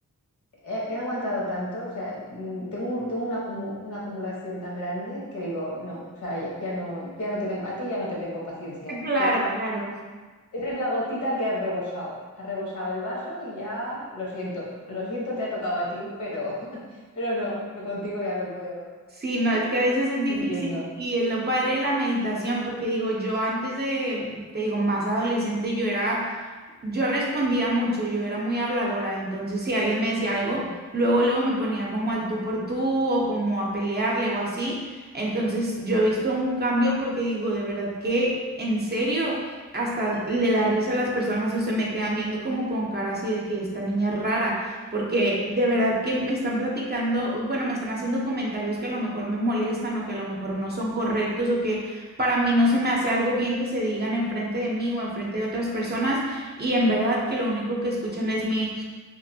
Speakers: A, on the left (about 70°); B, on the right (about 30°).
A: he, he aguantado tanto, o sea, mm, tengo, un- tengo una, acumu- una acumulación tan grande que digo, no, o sea, ya, ya no, ya no te tengo, a ti ya no te tengo paciencia,
B: Claro,
A: ya
B: claro.
A: eres la gotita que has rebosado, has rebosado el vaso y ya lo siento, lo siento, te ha tocado a ti, pero, <laughs> pero no, no contigo ya no puedo.
B: Sí, no, es que a veces es difícil
A: Te entiendo.
B: y es lo padre de la meditación, porque digo, yo antes de, te digo, más adolescente, yo era Yo respondía mucho, yo era muy habladora, entonces si alguien me decía algo,
A: Ujú.
B: luego luego me ponía como al tú por tú o como a pelearle o así. Entonces yo he visto un cambio porque digo, de verdad que en serio, hasta le da risa a las personas o se me quedan viendo como con cara así de que esta niña es rara, porque de verdad que me están platicando, bueno, me están haciendo comentarios que a lo mejor me molestan o que a lo mejor no son correctos o que para mí no se me hace algo bien que se digan enfrente de mí o enfrente de otras personas y en verdad que lo único que escuchan es mi